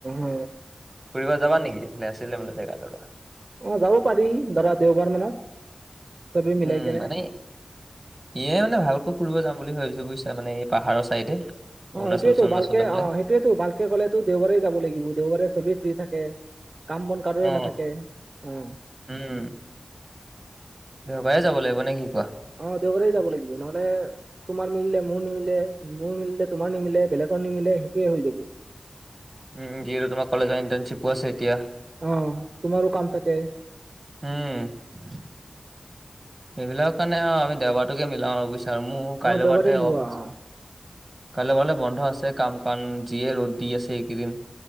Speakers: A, on the right; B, on the right.
A: অ
B: ফুৰিব যাবা নেকি? এ' আছিলে মানে জেগা টোকা
A: অ' যাব পাৰি ধৰা দেওবাৰ মানত। চবে মিলাই
B: উম
A: কেনে
B: মানে, ইয়ে মানে ভালকৈ ফুৰিব যাম বুলি ভাবিছোঁ বুজিছা মানে এই পাহাৰৰ চাইডে।
A: অ,
B: অৰুণাচল
A: এইটোয়েটো
B: চৰুণাচলৰ
A: ভালকে
B: ফালে
A: অ, এইটোয়েটো ভালকে গ'লেটো দেওবাৰে যাব লাগিব। দেওবাৰে চবেই ফ্ৰী থাকে। কাম বন কাৰোৰে
B: অ'
A: নাথাকে। অ।
B: উম, দেওবাৰে যাব লাগিব নে কি কোৱা?
A: অ দেওবাৰে যাব লাগিব নহ'লে, তোমাৰ মিলিলে মোৰ নিমিলে মোৰ মিলিলে তোমাৰ নিমিলে বেলেগৰ নিমিলে সেইটোৱে হৈ যাব।
B: উম যিহেতু তোমাৰ কলেজৰ ইণ্টেঞ্চিপো আছে এতিয়া।
A: অ তোমাৰো কাম থাকে।
B: উম, এইবিলাকৰ কাৰণে আৰু আমি দেওবাৰটোকে মিলাও আৰু বুজিছা। মোৰ
A: অ
B: কাইলৈ
A: দেওবাৰে
B: বাৰুতে
A: মিলোৱা
B: অ'ফ আছে।
A: অ
B: কাইলৈ বাৰলে বন্ধ আছে কাম, কাৰণ যি, হে ৰ'দ দি আছে এইকেইদিন।